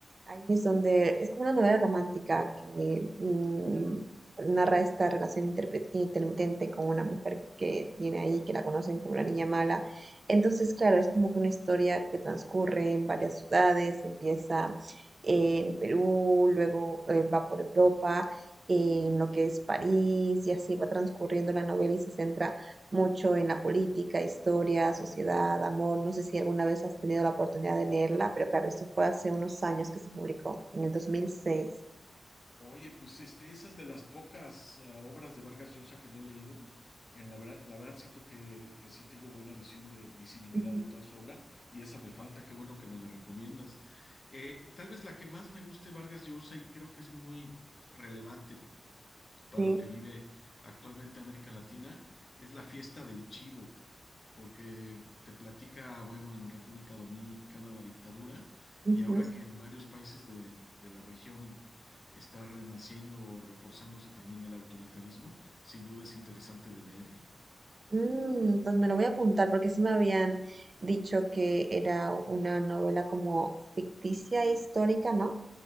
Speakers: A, on the right (about 45°); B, on the left (about 45°).
A: ahí es donde es como una novela romántica que mm, narra esta relación interpe- intermitente con una mujer que tiene ahí, que la conocen como la niña mala. Entonces, claro, es como que una historia que transcurre en varias ciudades, empieza en Perú, luego eh, va por Europa, en lo que es París, y así va transcurriendo la novela y se centra mucho en la política, historia, sociedad, amor. No sé si alguna vez has tenido la oportunidad de leerla, pero claro, esto fue hace unos años que se publicó, en el 2006.
B: Oye, pues este, esa es de las pocas eh, obras de Vargas Llosa que no he leído. En la verdad, la verdad siento que, que sí tengo buena visión de visibilidad
A: Ujú,
B: de toda su obra y esa me falta, qué bueno que me la recomiendas. Eh, tal vez la que más me guste Vargas Llosa y creo que es muy relevante para
A: Sí.
B: lo que vive actualmente América Latina, es la fiesta del chivo, porque te platica, bueno, en República Dominicana la dictadura,
A: ujú.
B: y ahora que en varios países de, de la región está renaciendo o reforzándose también el autoritarismo, sin duda es interesante de leer, ¿eh?
A: Mm, pues me lo voy a apuntar porque sí me habían dicho que era una novela como ficticia e histórica, ¿no?